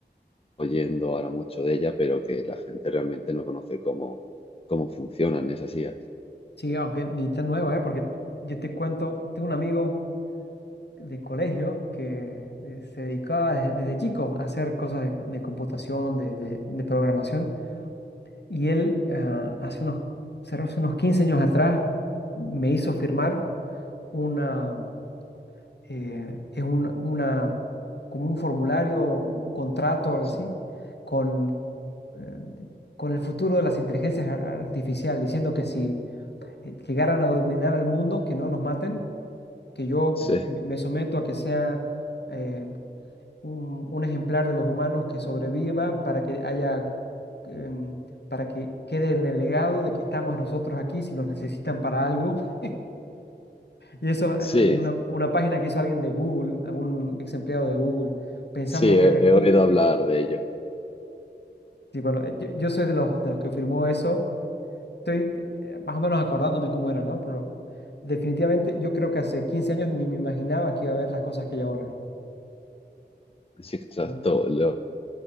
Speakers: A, on the left; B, on the left.
A: oyendo ahora mucho de ella, pero que la gente realmente no conoce cómo, cómo funcionan esas IAs.
B: Sí, aunque ni tan nueva, ¿eh? Porque yo te cuento, tengo un amigo de colegio que eh, se dedicaba de- desde chico a hacer cosas de, de computación, de, de- de programación, y él ah, hace unos, cerró hace unos 15 años atrás me hizo firmar una, eh, es un- una, como un formulario, un contrato o algo
A: Sí,
B: así, con, eh, con el futuro de las inteligencias ar- artificiales, diciendo que si eh, llegaran a dominar al mundo, que no nos maten, que yo
A: sí,
B: me me someto a que sea eh, un, un ejemplar de los humanos que sobreviva para que haya, em, para que quede en el legado de que estamos nosotros aquí si nos necesitan para algo. <laughs> Y eso
A: sí,
B: es una, una página que hizo alguien de Google, algún ex empleado de Google, pensando
A: sí, he,
B: que de aquí,
A: he oído hablar de ello.
B: sí, bueno, eh, yo, yo soy de los, de los que firmó eso, estoy eh, más o menos acordándome cómo era, ¿no? Pero definitivamente yo creo que hace 15 años ni me imaginaba que iba a haber las cosas que hay ahora,
A: Sí, exacto.
B: ¿no?
A: Lo-